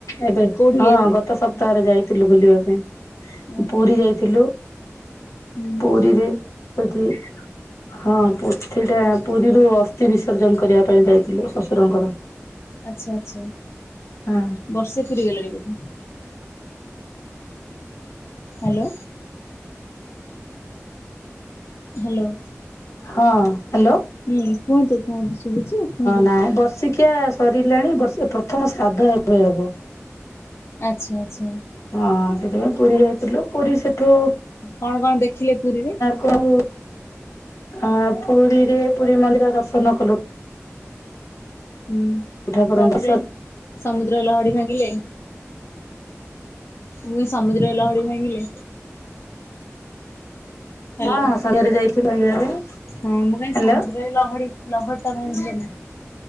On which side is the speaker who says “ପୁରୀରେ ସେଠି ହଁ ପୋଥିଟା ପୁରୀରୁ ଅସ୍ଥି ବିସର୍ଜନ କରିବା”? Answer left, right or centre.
Left